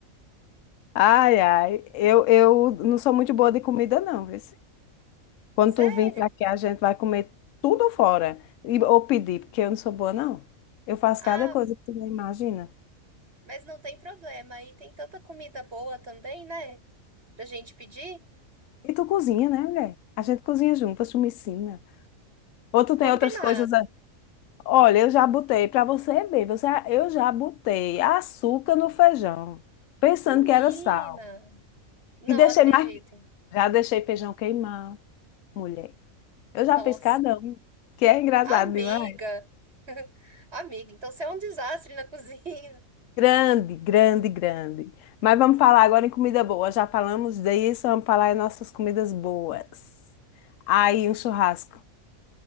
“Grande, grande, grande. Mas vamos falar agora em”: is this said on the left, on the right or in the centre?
Left